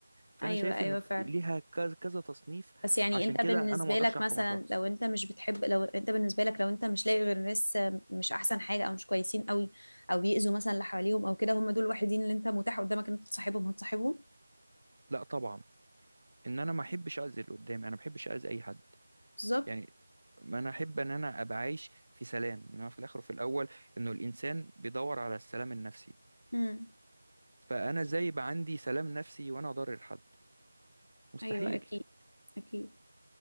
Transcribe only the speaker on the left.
ايوه
ايوه
فعلا
بس يعني
انت
بالنسبه
لك
مثلا
لو انت مش بتحب لو انت بالنسبه لك لو انت مش لاقي غير ناس مش احسن حاجه او مش كويسين قوي او يأذوا مثلا اللي حواليهم او كده هم دول الوحيدين اللي انت متاح قدامك ان انت تصاحبهم هتصاحبهم
بالظبط
امم
ايوه اكيد اكيد